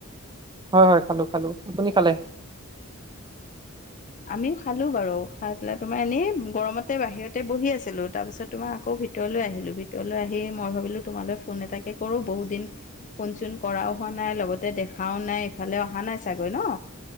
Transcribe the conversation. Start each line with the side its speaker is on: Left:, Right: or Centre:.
Right: হয়, হয়, খালো খালো আপুনি খালে?
Left: আমিও খালো বাৰু, খাই পেলাই তোমাৰ এনেই গৰমতে বাহিৰতে বহি আছিলো তাৰপিছত তোমাৰ আকৌ ভিতৰলৈ আহিলোঁ ভিতৰলৈ আহি মই ভাবিলোঁ তোমালৈ ফোন এটাকে কৰোঁ বহুত দিন ফোন চোন কৰাও হোৱা নাই লগতে দেখাও নাই ইফালে অহা নাই চাগৈ ন